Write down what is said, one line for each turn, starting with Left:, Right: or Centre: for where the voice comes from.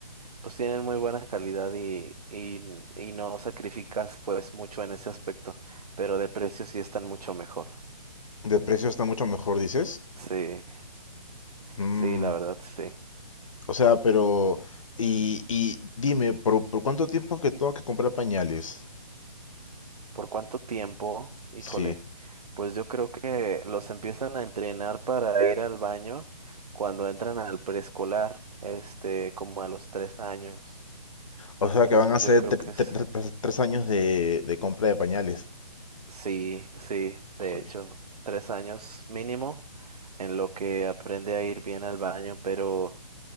Right: pues tienen muy buena calidad y, y, y no sacrificas pues mucho en ese aspecto, pero de precio sí están mucho mejor.
Left: De precio está mucho mejor, dices.
Right: Sí,
Left: Mm,
Right: sí, la verdad sí.
Left: O sea, pero... Y, y dime, ¿por, por cuánto tiempo es que tengo que comprar pañales?
Right: ¿Por cuánto tiempo? Híjole,
Left: Sí.
Right: pues yo creo que los empiezan a entrenar para ir al baño cuando entran al preescolar, este, como a los tres años.
Left: O sea,
Right: Entonces
Left: que van a ser
Right: yo creo
Left: tre-
Right: que es,
Left: tre- tre- tres tres años de, de compra de pañales.
Right: sí, sí, de
Left: Uy,
Right: hecho, tres años mínimo en lo que aprende a ir bien al baño, pero...